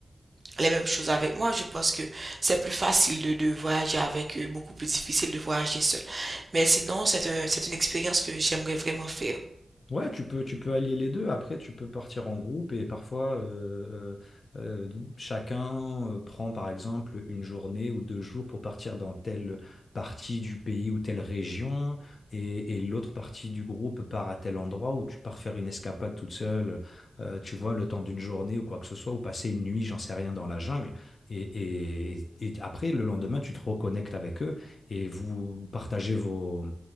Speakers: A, on the right; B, on the left.
A: les mêmes choses avec moi. Je pense que c'est plus facile de, de voyager avec eux, beaucoup plus difficile de voyager seul. Mais sinon, c'est un- c'est une expérience que j'aimerais vraiment faire.
B: Ouais, tu peux, tu peux allier les deux. Après, tu peux partir en groupe et parfois, euh, euh, euh, chacun euh, prend par exemple une journée ou deux jours pour partir dans telle partie du pays ou telle région et, et l'autre partie du groupe part à tel endroit où tu pars faire une escapade toute seule, euh, tu vois, le temps d'une journée ou quoi que ce soit, ou passer une nuit, j'en sais rien, dans la jungle. Et, et, et après, le lendemain, tu te reconnectes avec eux et vous partagez vos